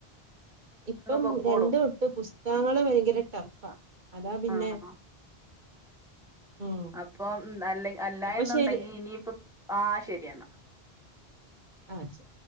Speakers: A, on the right (about 50°); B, in the centre.
A: ഇപ്പം
B: പൊക്കോളും
A: രണ്ട് തൊട്ട് പുസ്തകങ്ങള് ഭയങ്കര ടഫാ അതാ പിന്നെ
B: ആ ആ
A: ഉം
B: അപ്പം ഉം അല്ല അല്ലാ
A: അപ്പൊ
B: എന്നുണ്ടെങ്കി
A: ശരി
B: ഇനിയിപ്പ ആഹ് ശരി ഏന്ന
A: ആഹ് ശെ